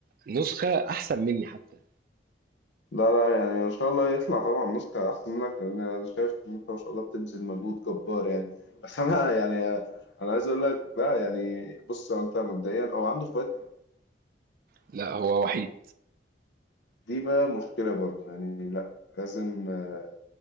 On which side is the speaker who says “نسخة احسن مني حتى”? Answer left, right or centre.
Right